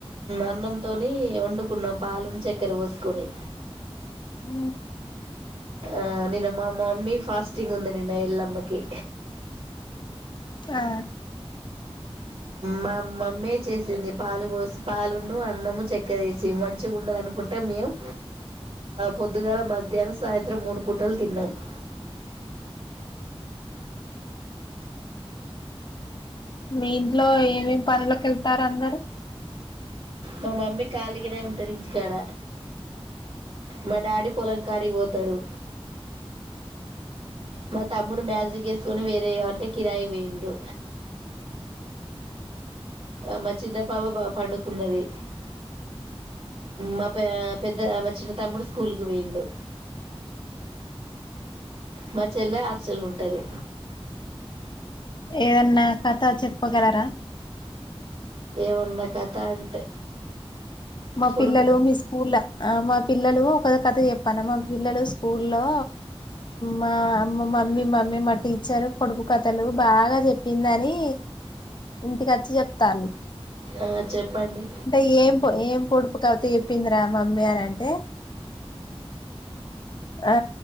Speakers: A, on the right; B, on the left.
A: అన్నంతోని వండుకున్నాం పాలును చక్కెర <unintelligible> పోసుకొని
B: ఉ
A: ఆ నిన్న మా మమ్మీ ఫాస్టింగ్ ఉంది నిన్న ఎల్లమ్మకి
B: ఆ
A: మా మమ్మే చేసింది పాలు పోసి పాలున్ను అన్నము చెక్కర వేసి మంచిగా ఉన్నదను కుంటే మేము పొద్దుగాల మధ్యాహ్నం సాయంత్రం మూడు పుటలు తిన్నాం <inaudible>
B: మీ ఇంట్లో ఏమేమి పనులకు వెళ్తారు అందరూ
A: మా మమ్మీ ఖాళీగనే ఉంటది ఇంటికాడ మా డాడీ పొలం కాడికి పోతాడు మా తమ్ముడు మ్యాజిక్ చేసుకొని వేరే కాబట్టి కిరాయి పోయిండు మా చిన్న పాప పండుకున్నది మా పెద్ద మా చిన్న తమ్ముడు స్కూల్కి పోయిండు మా చెల్ల హాస్టల్ల ఉంటది
B: ఏదన్నా కథ చెప్పుగలరా
A: కొన్న కథ అంటే
B: మా
A: పొడుపు
B: పిల్లలు మీ స్కూల్ ఆ మా పిల్లలు ఒక కథ చెప్పాన మా పిల్లలు స్కూల్లో మా అమ్మ మమ్మీ మమ్మీ మా టీచర్ కొడుపు కథలు బాగా చెప్పిందని ఇంటికి వచ్చి చెప్తను
A: ఆ చెప్పండి
B: అంటే ఏం ఏం పొడుపు కాతే చెప్పిందిరా మమ్మీ అని అంటే ఆ